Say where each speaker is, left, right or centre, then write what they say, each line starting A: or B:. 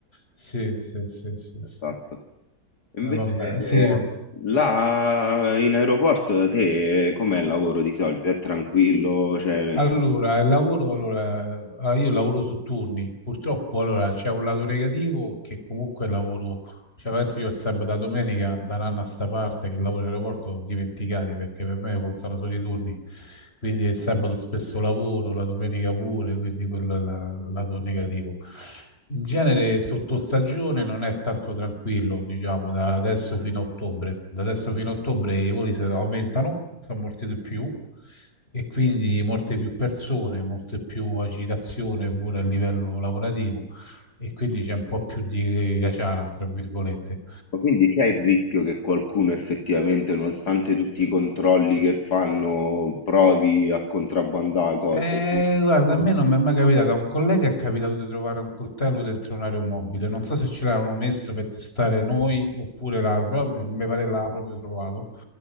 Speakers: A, on the left; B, on the left.
A: Sì, sì, sì, sì,
B: esatto.
A: sì.
B: Invece
A: Eh, vabbè,
B: eh,
A: sì,
B: là in aeroporto da te eh, com'è il lavoro di solito? È tranquillo, cioè, nel-
A: Allora, il lavoro, allora, allora, io lavoro su turni, purtroppo allora, c'è un lato negativo che comunque è lavoro cioè, veramente io il sabato e la domenica, da un anno a sta parte che lavoro in aeroporto, ho dimenticati perché per me contano solo i turni. Quindi il sabato spesso lavoro, la domenica pure, quindi quello è la- lato negativo. In genere sotto stagione non è tanto tranquillo, diciamo, da adesso fino a ottobre. Da adesso fino a ottobre i voli si aumentano, sono molti di più e quindi molte più persone, molte più agitazione pure a livello lavorativo e quindi c'è un po' più di caciara, tra virgolette.
B: ma quindi c'è il rischio che qualcuno effettivamente, nonostante tutti i controlli che fanno, provi a contrabbandare cose?
A: Eh,
B: Ok,
A: guarda, a me non mi è mai capitato. A un collega è capitato di trovare un coltello dentro un aeromobile. Non so se ce l'avevano messo per testare noi oppure là, però mi pare l'ha proprio trovato.